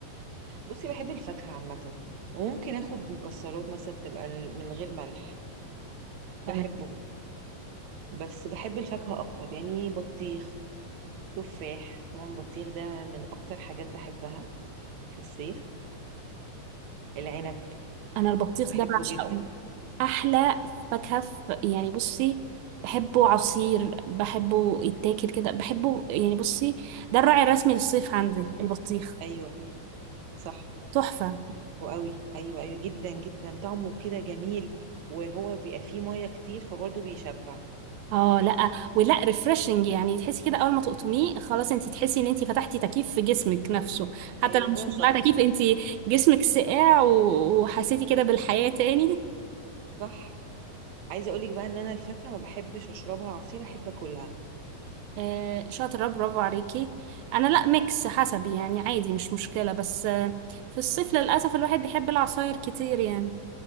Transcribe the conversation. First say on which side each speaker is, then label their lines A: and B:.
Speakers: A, on the right; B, on the right.
A: بصي بحب الفاكهه عامه وممكن اخد مكسرات مثلا تبقى ال- من غير ملح بحبهم
B: تمام
A: بس بحب الفاكهه اكتر يعني بطيخ تفاح طبعا بطيخ ده من اكتر حاجات بحبها في الصيف العنب
B: أنا البطيخ
A: بحبه
B: ده بعشقه
A: جدا
B: أحلى فاكهة في- يعني بصي بحبه عصير بحبه يتاكل كده بحبه يعني بصي ده الراعي الرسمي للصيف عندي البطيخ
A: ايوه صح
B: تحفة
A: حلو قوي ايوه ايوه جدا جدا طعمه كده جميل وهو بيبقى فيه ميه كتير فبرضه بيشبع
B: اه لا ولا ريفرشنج يعني تحسي كده اول ما تقطميه خلاص انت تحسي ان انت فتحتي تكييف في جسمك نفسه حتى
A: ايوه
B: لو مش مولعه
A: صح
B: تكييف انت جسمك ساقع و- وحسيتي كده بالحياه تاني
A: صح عايزه اقولك بقى ان انا الفاكهه ما بحبش اشربها عصير احب اكلها
B: آه شاطره برافو عليكي انا لا
A: مم.
B: ميكس حسب يعني عادي مش مشكله بس آه في الصيف للاسف الواحد بيحب العصاير كتير يعني